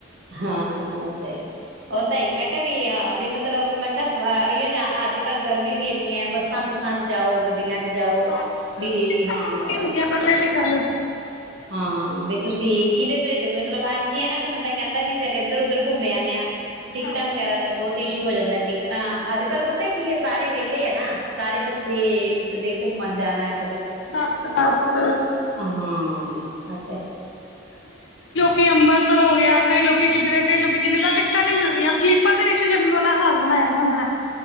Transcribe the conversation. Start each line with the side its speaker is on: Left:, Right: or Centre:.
Right: ਹਾਂ ਉਹ ਸਹੀ
Left: ਹਾਂਜੀ
Right: ਉਹ ਤਾਂ ਮੈਂ ਕਿਹਾ ਵੀ ਹਾਂ ਵੀ ਮਤਲਬ ਮੈਂ ਕਿਹਾ ਇਓ ਜਾ ਅੱਜ ਕੱਲ ਗਰਮੀ ਵੀ ਇੰਨੀ ਹੈ ਬੱਸਾਂ ਬੁੱਸਾਂ ਚ ਜਾਓ ਗੱਡੀਆਂ ਚ ਚ ਜਾਓ
Left: ਬਸ
Right: ਬੀ
Left: ਟਿਕਟਾਂ
Right: ਹਾਂ
Left: ਬੁੱਕ ਨੀ ਹੁੰਦੀਆਂ
Right: ਬੀ
Left: ਪਹਿਲੇ ਦੀ ਗੱਲ
Right: ਹਾਂ ਵੀ ਤੁਸੀਂ ਕਿਹਦੇ ਤੇ ਮਤਲਬ ਹਾਂਜੀ ਨਾ ਵੀ ਬੰਦਾ ਕਹਿੰਦਾ ਵੀ ਚੱਲ ਇੱਧਰ ਉਧਰ ਘੁੰਮ ਆਉਂਦੇ ਆਾਂ ਟਿਕਟਾਂ
Left: ਹਾਂਜੀ
Right: ਵਗੈਰਾ ਦਾ ਬਹੁਤ ਇਸ਼ੂ ਹੋ ਜਾਂਦਾ ਟਿੱਕਤਾਂ ਅੱਜ ਕੱਲ ਪਤਾ ਕੀ ਸਾਰੇ ਵਹਲੇ ਆ ਨਾ ਸਾਰੇ ਬੱਚੇ ਕਿਤੇ ਘੁੰਮਣ ਜਾਣਾ ਹੈ
Left: ਬੱਸ ਬੱਸ।
Right: ਆ ਹਾਂ ਸ ਤੇ
Left: ਕਿ ਅੰਬਰਸਰ ਹੋ ਗਿਆ ਕਈ ਲੋਕੀ ਕਿੱਧਰੇ ਕਈ ਲੋਕੀ ਕਿੱਧਰ ਤਾਂ ਟਿਕਟਾਂ ਨੀ ਮਿਲਦੀਆਂ ਸਲੀਪਰ ਦੇ ਵਿੱਚ ਜਰਨਲ ਵਾਲਾ ਹਾਲ ਬਣਾਇਆ ਦਾ ਹੁੰਦਾ ਹੈ।